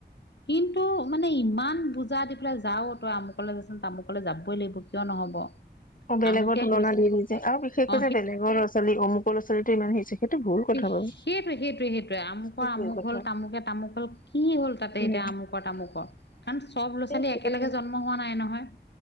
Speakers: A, on the left; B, on the left.
A: কিন্তু মানে ইমান বুজা দি পেলাই যাও, তই আমুকলৈ যাচোন তই আমুকলৈ যাবই লাগিব। কিয় নহ'ব।
B: অ', বেলেগৰ
A: আমুকে
B: তুলনা
A: গৈছে
B: দি দিছে আৰু বিশেষকৈ
A: অ
B: বেলেগৰ ল'ছালী অমুক লছালী টো ইমান হৈছে। সেইটো ভুল কথা
A: সেইটো,
B: বাৰু
A: সেইটো, সেইটো আমুকৰ
B: সেইটো
A: আমুক।
B: ভুল কথা
A: হ'ল তামুকে তামুক হ'ল কি হ'ল তাতে
B: উম
A: এতিয়া আমুকৰ তামুকৰ কাৰণ চব ল'ৰা
B: সেইটোৱেটো
A: ছোৱালী একেলগে জন্ম হোৱা নাই নহয়,